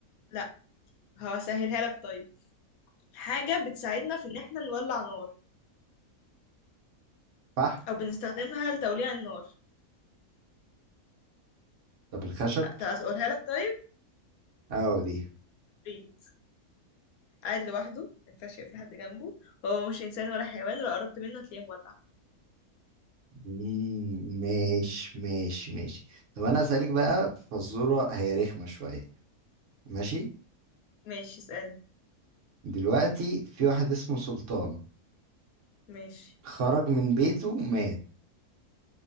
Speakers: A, on the left; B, on the right.
A: لا هسهلها لك طيب حاجة بتساعدنا في إن احنا نولع نار
B: صح
A: أو بنستخدمها لتوليع النار
B: طب الخشب
A: ه- طب هقولها لك طيب
B: اه ليه
A: ريد قاعد لوحده ما ينفعش يبقى في حد جنبه هو مش إنسان ولا حيوان ولا قربت منه هتلاقيه مولع
B: مم، ماشي ماشي ماشي طب انا اسالك بقى فزوره هي رخمه شويه ماشي
A: ماشي اسألني
B: دلوقتي في واحد اسمه سلطان
A: ماشي
B: خرج من بيته مات